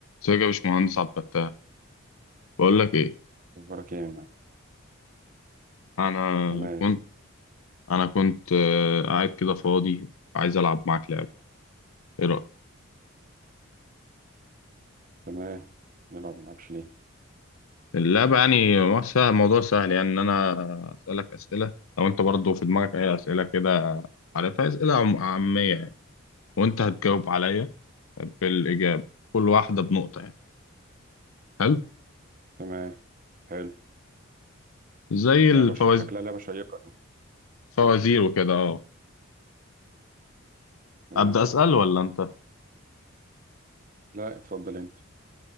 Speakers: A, on the left; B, on the right.
A: ازيك يا باشمهندس عبد الفتاح بقول لك ايه
B: مبارك يا مان
A: انا
B: تمام
A: كنت انا كنت آه، قاعد كده فاضي عايز العب معاك لعبه ايه رايك
B: تمام نلعب ما نلعبش ليه
A: اللعبه يعني مو- سهل- موضوع سهل يعني ان انا اسالك اسئله لو انت برضه في دماغك اي اسئله كده عارفها اسئله عم- عاميه يعني وانت هتجاوب عليا بالاجابه كل واحده بنقطه يعني حلو
B: تمام حلو
A: زي الفوازير
B: لعبة ش... شكلها لعبة شيقة دي
A: فوازير وكده اه
B: تمام
A: ابدا اسال ولا انت
B: لا اتفضل انت